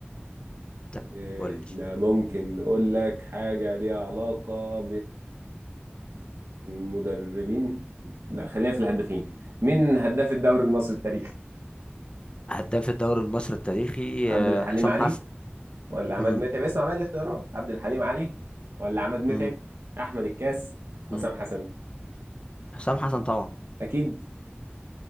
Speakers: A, on the left; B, on the right.
A: طيب،
B: إيه،
A: قول
B: احنا
A: لي
B: ممكن نقول لك حاجة ليها علاقة بالمدربين لا خلينا في الهدافين مين هداف الدوري المصري التاريخي
A: هداف الدوري المصري التاريخي
B: عبد
A: آه،
B: الحليم
A: حسام
B: علي
A: حسن
B: ولا عماد
A: امم
B: متعب اسمع بقى الاختيارات عبد الحليم علي ولا عماد متعب
A: امم
B: أحمد الكاس حسام
A: امم
B: حسن
A: حسام حسن طبعا
B: أكيد